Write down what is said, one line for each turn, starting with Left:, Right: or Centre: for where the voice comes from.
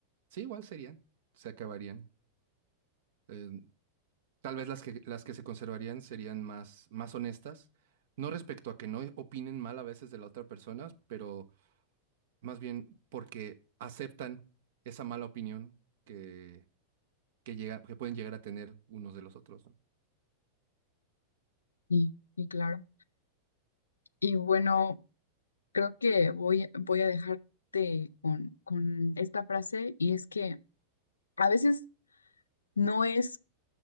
Right: sí, igual serían, se acabarían. Eh, tal vez las que, las que se conservarían serían más, más honestas, no respecto a que no opinen mal a veces de la otra persona, pero más bien porque aceptan esa mala opinión que, que llega, que pueden llegar a tener unos de los otros, ¿no?
Left: Y, y claro. Y bueno, creo que voy, voy a dejarte con, con esta frase y es que a veces no es